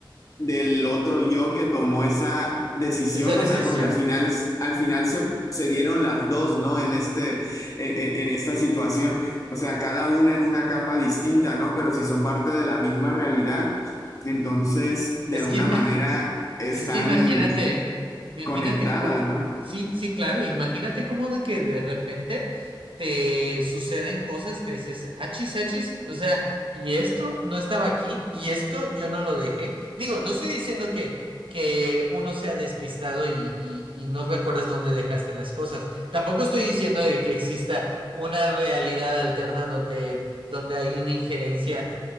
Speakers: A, on the left; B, on the right.
A: del otro yo que tomó esa decisión,
B: Esa decisión.
A: o sea, porque al final, al final se, se dieron las dos, ¿no? En este, en, en- en esta situación, o sea, cada una en una capa distinta, ¿no? Pero si son parte de la misma realidad, entonces, de
B: Es
A: alguna
B: que imagi-
A: manera, están
B: es que imagínate, imagínate,
A: conectadas,
B: co-
A: ¿no?
B: sí, sí, claro, imagínate cómo de que de repente te suceden cosas que dices, achis, achis, o sea, y esto no estaba aquí, y esto yo no lo dejé. Digo, no estoy diciendo que, que uno sea despistado y, y, y no recuerdas dónde dejaste las cosas. Tampoco estoy diciendo de que exista una realidad alterna donde, donde hay una injerencia